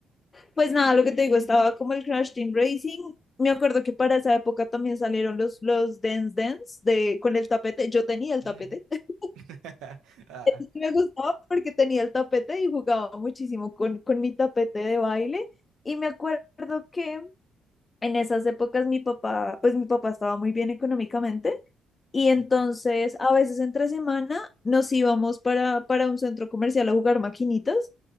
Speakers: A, on the left; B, on the right.
A: Pues nada, lo que te digo, estaba como el Crash Team Racing. Me acuerdo que para esa época también salieron los, los Dance Dance de, con el tapete. Yo tenía el
B: Ujú.
A: tapete. <laughs>
B: <laughs> Ah,
A: Y me gustaba porque tenía el tapete y jugaba muchísimo con, con mi tapete de baile. Y me acuerdo que en esas épocas mi papá, pues mi papá estaba muy bien económicamente. Y entonces
B: ujú,
A: a veces entre semana nos íbamos para, para un centro comercial a jugar maquinitas